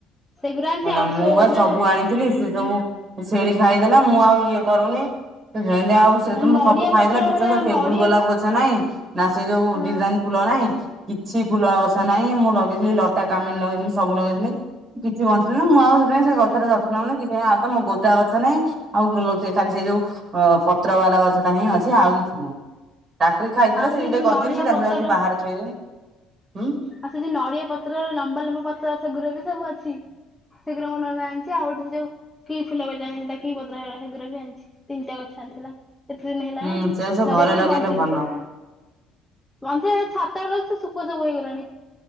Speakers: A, in the centre; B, on the right.
A: ସେଗୁଡା ଆଣିଛି
B: ହେଲା
A: ଆଉ ଗୋଟେ
B: ମୁଁ
A: ଶୋ
B: ବା
A: ଗଛ
B: ସବୁ
A: ଯୋଉ
B: ଆଣିଥିଲି ସେ ସବୁ ଛେଳି ଖାଇଦେଲା ମୁଁ ଆଉ ଇଏ କରୁନି। ସେ ଜେନ୍ତି ଆଉ ସେଦିନ
A: ନଡିଆ
B: ସବୁ ଖାଇଥିଲା
A: ପତ୍ର
B: ବିଶ୍ୱାସ
A: ଭଳିଆ
B: କରିବୁନି
A: ନଡିଆ
B: ଟେବୁଲ ଗୋଲାପ ଗ ନାଇଁ ନା ସେ ଯୋଉ
A: ହଁ
B: ଡିଜାଇନ ଫୁଲ ନାହିଁ। କିଛି ଫୁଲଗଛ ନାହିଁ ମୁଁ ଲଗେଇଥିଲି ଲଟା କାମିନି ଲଗେଇଥିଲି ସବୁ ଲଗେଇଥିଲି ସେ ବଞ୍ଚିଲେନାହିଁ। ମୁଁ ଆଉ ସେଥିପାଇଁ ସେ ଗଛର ଯତ୍ନ ନଉନି କିଛି ନାହିଁ ଆଉ ତ ମୋର ଗୋଟାଏ ଗଛ ନାଇଁ। ଆଉ ଗୋ ସେ ଖାଲି ସେ ଯୋଉ ପତ୍ର ବାଲା ଗଛ ଟା ହିଁ ଅଛି ଆଉ କିଛି ନାହିଁ। ତାକୁ ବି ଖାଇଦେଲେ
A: ଆଉ
B: ସେ ବି ଟିକେ
A: ଯୋଉ
B: ଗଦେଇଛି
A: ନଡିଆ
B: ତାକୁ
A: ପତର
B: ଯାଉଛି ବାହାରେ ଥୋଇଦେବି। ହୁଁ।
A: ଆଉ ସେ ଯୋଉ ନଡିଆ ପତ୍ର ଲମ୍ବା ଲମ୍ବା ପତ୍ର ସେଗୁରାବି ସବୁ ଅଛି। ସେଗୁରା ମୋ ନନା ଆଣିଛି ଆଉ ଗୋଟେ ସେ ଯୋଉ କି ଫୁଲ ଗଜ ଆଣି ସେଟା କି ପତ୍ର ହେ ସେଗୁରା ବି ଆଣିଛି ତିନିଟା ଗଛ ଆଣିଥିଲା। କେତେ ଦିନ ହେଲାଣି
B: ହୁଁ ସେ ସବୁ
A: ଲଗେଇଥିଲି
B: ଘରେ ଲଗେଇଲେ
A: ବଞ୍ଚିଛି
B: ଭଲ।
A: ସବୁ ବଞ୍ଚି ଛାତ ବଳ ସେ ସୁଖ ସବୁ ହେଇଗଲାଣି